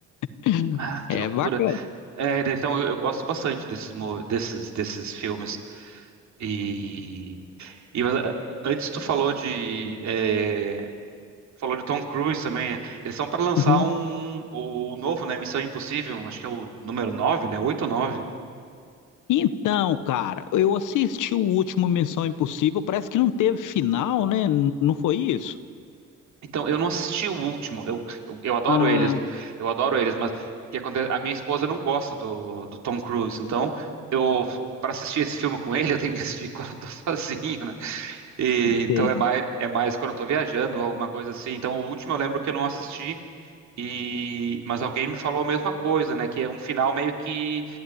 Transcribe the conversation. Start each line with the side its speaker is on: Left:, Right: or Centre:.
Left: <laughs>
Right: Ah, que
Left: É
Right: loucura.
Left: bacana.
Right: É, então, eu, eu gosto bastante desses, mo- desses, desses filmes. E, e ah, antes tu falou de... é, falou de Tom Cruise também. Eles são para lançar
Left: Uhum.
Right: um, o novo, né? Missão Impossível. Acho que é o número 9, né? 8 ou 9?
Left: Então, cara, eu assisti o último Missão Impossível, parece que não teve final, né? N- Não foi isso?
Right: Então, eu não assisti o último. Eu, eu, eu adoro
Left: Ah,
Right: eles, eu adoro eles, mas o que acontece? A minha esposa não gosta do, do Tom Cruise, então eu para assistir esse filme com ele, <laughs> eu tenho que assistir <laughs> quando eu tô sozinho, né? E, então
Left: sei.
Right: é mais é mais quando eu tô viajando, alguma coisa assim. Então, o último eu lembro que eu não assisti e mas alguém me falou a mesma coisa, né? Que é um final meio que